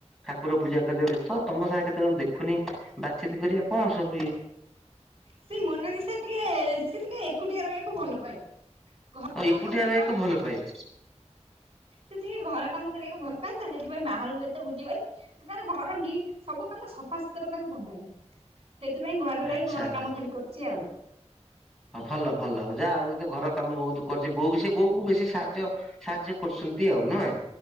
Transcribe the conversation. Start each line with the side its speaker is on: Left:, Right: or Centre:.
Centre: ଠାକୁର ପୂଜା କରେ ବ୍ୟସ୍ତ ତମ ସାଙ୍ଗେ କେତେବେଳେ ଦେଖୁନି ବାଚିତ କରିବା କଣ ସବୁ ଇଏ?
Right: ସେ ମୋନାଲିଶା ଟିକେ ସେ ଟିକେ ଏକୁଟିଆ ରହିବାକୁ ଭଲ ପାଏ। ଘର
Centre: ଓ ଏକୁଟିିଆ
Right: କରିବ
Centre: ରହିବାକୁ ଭଲ ପାଏ।
Right: ସେ ଟିକେ ଘର କାମ କରିବାକୁ ଭଲ ପାଏ ତ ସେଥିପାଇଁ ବାହାରକୁ ଏତେ ବୁଲିବନି। ତାର ଘରଲି ସବୁ କାମ ସଫାସୁତୁରା ତାକୁ ବଦାଇ। ସେଇଥିପାଇଁ ଘରେ
Centre: ଆଚ୍ଛା
Right: ରହି ଘର
Centre: ଆଚ୍ଛା।
Right: କାମ ଖାଲି କରୁଛି ଆଉ।
Centre: ହଁ ଭଲ ଭଲ ଯାହା ହଉ ଏତ ଘର କାମ ବହୁତ କରୁଛି ବୋଉ ବି ସେ ବୋଉ କ ବେଶୀ ସାହାଯ୍ୟ ସାହାଯ୍ୟ କରୁଛନ୍ତି ଆଉ ନୁହେ।